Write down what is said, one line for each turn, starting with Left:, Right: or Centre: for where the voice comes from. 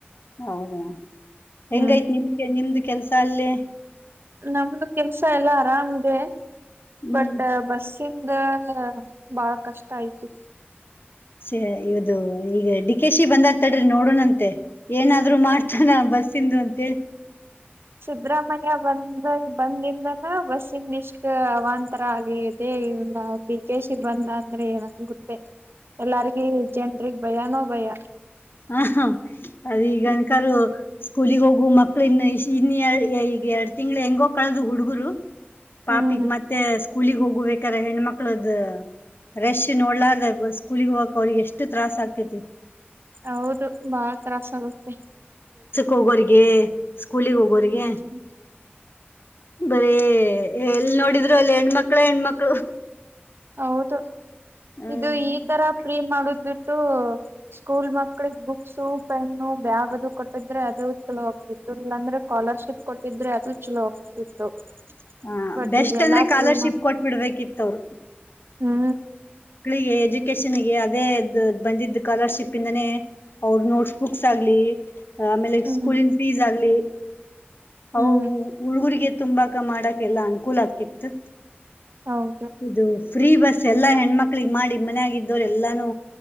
Left: ಹೌದಾ. ಹೆಂಗೈತ್
Right: ಹ್ಮ್
Left: ನಿಮ ನಿಮ್ದ ಕೆಲಸ ಅಲ್ಲಿ.
Right: ನಮ್ದ ಕೆಲ್ಸ ಎಲ್ಲಾ ಆರಾಮ್ ಇದೆ.
Left: ಹ್ಮ್
Right: ಬಟ್ ಬಸ್ ಕಿಂದ ಬಾಳ ಕಷ್ಟ ಐತಿ.
Left: ಸ ಇವದು ಈಗ ಡಿಕೆಶಿ ಬಂದಾನ ತಡ್ರಿ ನೋಡಣಂತೆ ಏನಾದ್ರು ಮಾಡ್ತಾನ ಬಸ್ ಇಂದು ಅಂತೇಳಿ.
Right: ಸುದ್ರ. ಮಯ ಬಂದ ಬಂದ ಬಸ್ಸನ್ ಇಷ್ಟ ಅವಾಂತರ ಆಗಿ ಅೇ ಇಲ್ಲ ಡಿಕ ಸಿಿ ಬಂದ ಅಂದ್ರೆ ಏನಂತ ಗೊತ್ತೇ ಎಲ್ಲಾರಗ ಜನ್ರಿಗೆಗ್ ಭಯಾನೋ ಭಯ.
Left: ಹ ಅದ ಈಗನಕರು.
Right: ಹ್ಮ್
Left: ಸ್ಕೂಲಿಗ್ ಹೋಗು ಮಕ್ಳ ಇನ್ ಇನ್ ಈಗ ಎರಡ್ ತಿಂಗಳ ಹೆಂಗೋ ಕಳದು ಹುಡ್ಗರು. ಪಾಪಿಗ
Right: ಹ್ಮ್
Left: ಮತ್ತೆ ಸ್ಕೂಲಗ್ ಹೋಗಬೇಕ್ರ ಹೆಣ್ಮಕ್ಳ ದ್ ರೆಶ್ ನೋಡ್ಲಾರ್ದ ಸ್ಕೂಲಗ್ ಹೋಗಕ ಅವ್ರಿಗೆ ಎಷ್ಟ ತ್ರಾಸ್ ಆಕ್ಕೆತಿ.
Right: ಹೌದು ಬಹಳ ತ್ರಾಸ ಆಗತ್ತೆ.
Left: ಹೋಗೋರ್ರಿಗೆ ಕಕೂಲಿಿಗೆ ಹೋಗೋಿಗೆ
Right: ಹ್ಮ್
Left: ಬರ ಎ ನೋ ನಿದ್ರು ಅಲ್ಲಿ ಹೆಣ ಮಕ್ಳ ಹೆಣ್ಮಕ್ಳು
Right: ಹೌದು
Left: ಹ್ಮ
Right: ಇದು ಈ ತರ ಪ್ರೇಮ್ ಮಾಡುದು ಬಿಿಟ್ಟು ಸ್ಕೂಲ್ ಮಕ್ಳಿಗೆ ಬುಕ್ಸು ಪೆನ್ನು ಬ್ಯಾಗ್ ಅದು ಕೊಟ್ಟಿದ್ರೆ ಅದು ಚಲೋ ಆಗ್ತಿತ್ತು ಇಲ್ಲಾಂದ್ರೆ ಕಕಾಲರ್ಶಿಪ್ ಕೊಟ್ಟಿದ್ರೆ ಅದು ಚಲೋ ಆಗ್ತಿತ್ತು
Left: ಹ
Right: ಬಟ್
Left: ಬೆಸ್ಟ್
Right: ಇದೆಲ್ಲಾ
Left: ಅಂದ್ರೆ ಕಕಾಲರ್ಶಿಪ್
Right: ಫ್ರೀ
Left: ಕೊಟ್ ಬಿಿಡ್ಬೇಕಿತ್ತವರು
Right: ಹಾ
Left: ಮಕ್ಕಳಿಗೆ ಎಜುಕೇಶನ್ಗೆ ಅದೇ ಬಂದಿದ್ದ ಸ್ಕಾಲರ್ಶಿಪ್ ಇಂದಾನೇ ಅವ್ರ ನೋಟ್ಸ್ ಬುಕ್ಸ್ ಆಗ್ಲಿ ಆಮೇಲೆ
Right: ಹ್ಮ್
Left: ಸ್ಕೂಲಿನ ಫೀಸ್ ಆಗ್ಲಿ ಹೌ
Right: ಹ್ಮ್
Left: ಉಳ್ಗುರಿಗೆ ತುಂಬಾ ಕ ಮಾಡ ಎಲ್ಲಾ ಅನುಕೂಲ ಆಗ್ಕ್ಕಿತ್ತು
Right: ಹೌದು
Left: ಇದು ಫ್ರೀ ಬಸ್ ಎಲ್ಲಾ ಹೆಣ್ಮಕ್ಳಗ್ ಮಾಡಿ ಮನ್ ಆಾಗಿದ್ದವ್ರ ಎಲ್ಲಾನೂ